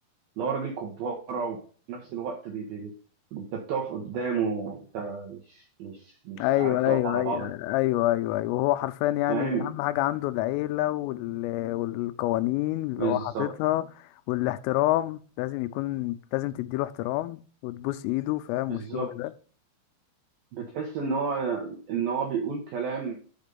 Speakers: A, on the right (about 75°); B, on the left (about 85°).
A: اللي هو راجل كباره وفي نفس الوقت بي بي بي. انت بتقف قدامه انت مش مش مش
B: ايوه
A: عارف تقف
B: ايوه
A: على بعضك
B: ايوه ايوه ايوه ايوه وهو حرفيا يعني
A: فاهم
B: اهم حاجه عنده العيله وال... والقوانين اللي
A: بالظبط
B: هو حاططها والاحترام لازم يكون لازم تديله احترام وتبوس ايده فاهم
A: بالظبط
B: والشغل ده
A: بتحس ان هو ان هو بيقول كلام